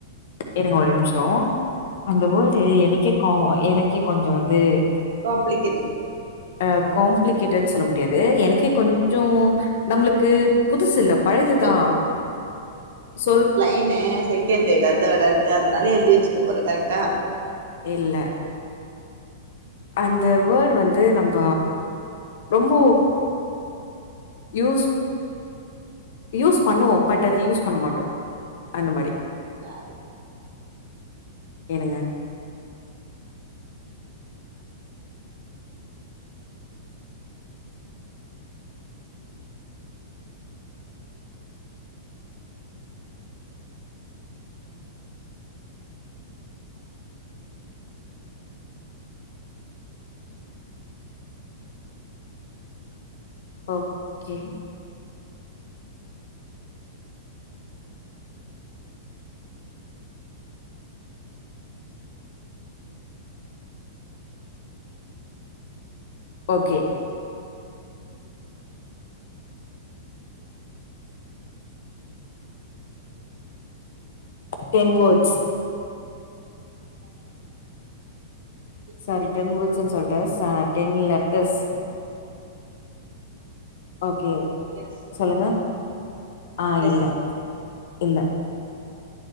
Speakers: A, on the left; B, on the right.
A: இருங்க ஒரு நிமிஷம் அந்த வேர்ட் எனக்கே கா எனக்கே கொஞ்சம் வந்து
B: காம்ப்ளிகே்ட்
A: அஹ் காம்ப்ளிகேட்டடனு சொல்ல முடியாது எனக்கே கொஞ்சம் நம்மளுக்கு புதுசுல்ல பழதுதான்
B: சொல்ல
A: சொல்
B: என்ன செகண்ட்டா தே தேர்ட் அதனால எழுதி வச்சுக்க போறேன் கரெக்டா
A: இல்ல அந்த வேர்டு வந்து நம்ம ரொம்ப யூஸ் யூஸ் பண்ணுவோம் பட் அது யூஸ் பண்ண மாட்டோம் அந்த மாரி
B: யாரு
A: ஏனுங்க ஓகே ஓகே டென்
B: ம்
A: வேர்ட்ஸ்
B: <inaudible>
A: சாரி டென் வேர்ட்ஸ் ன்னு சொல்லிட்டே டென் லெட்டர்ஸ் ஓகே
B: எஸ்
A: சொல்லுங்க ஆஹ்
B: எஸ்
A: இல்ல இல்ல